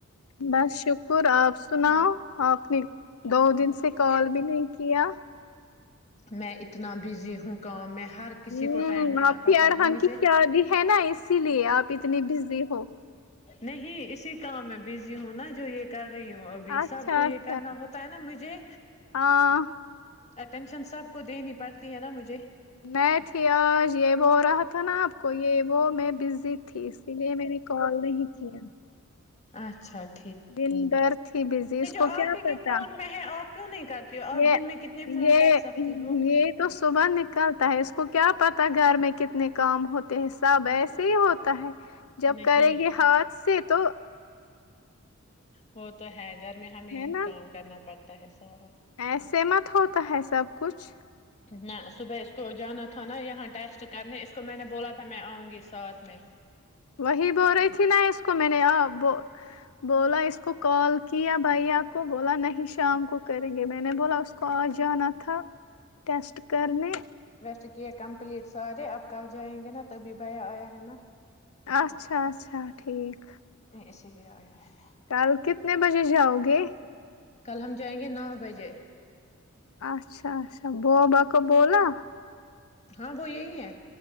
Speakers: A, on the left (about 85°); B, on the left (about 30°).
A: بس شکر آپ سناؤ آپ نے دو دن سے کال بھی نہیں کیا
B: میں اتنا بزی ہ حوں کام میں ہر کسی
A: ہ
B: کو ٹائم دینا
A: آپ
B: پڑتا
A: کی ارحان
B: ہے نا مجھے
A: کی شادی ہے نا اسی لیے آپ اتنی بزی ہو
B: نہیں اسی کام میں بزی ہوں نا جو یہ کر رہی ہوں ابھی
A: اچھا
B: سب کو یہ
A: اچھا
B: کرنا ہوتا ہے نا مجھے
A: ہاں
B: ٹینشن سب کو دینی پڑتی ہے نا مجھے
A: میں تھی آج یہ وہ رہا تھا نا آپ کو یہ وہ میں زی تھی اسی لیے میں نے کال نہیں کیا
B: اچھا اچھا
A: دن بھر تھی بزی اس کو
B: آپ
A: کیا
B: ہی کے
A: پتا
B: فون میں ہے آپ کیوں نہیں کرتی ہو آپ
A: یہ
B: دن میں کتنے فون
A: یہ
B: کر سکتی ہو
A: یہ تو صبح نکلتا ہے اس کو کیا پتا گھر میں کتنے کام ہوتے ہیں سب ایسے ہی ہوتا ہے جب
B: نہیں
A: کریں گے ہاتھ سے تو
B: وہ تو ہے گھر میں ہمیں
A: ہے نا
B: کام کرنا پڑتا تا ہے سہرا
A: ایسے مت ہوتا ہے سب کچھ
B: نہ صبح اس کو جانا تھا نا یہاں ٹیسٹ کرنے اس کو میں نے بولا تھا میں آؤں گی ساتھ میں
A: وہی بول رہی تھی نا اس کو میں نے اب بول بولا اس کو کال کیا بھائی آپ کو بولا نہیں شام کو کریں گے میں نے بولا اس کو آج جانا تھا ٹسٹ کرنے
B: چکے کمپلیٹ سارے اب کل جائیں گے نا تبھی بھیا آیا ہے نا
A: اچھا اچھا اچھا ٹھیک
B: اسی لیے آ ہے
A: کل کتنے بجے جاؤ گے
B: کل ہم جائیں گے نو بجے
A: اچھا اچھا بوابا کو بولا
B: ہاں وہ یہی ہے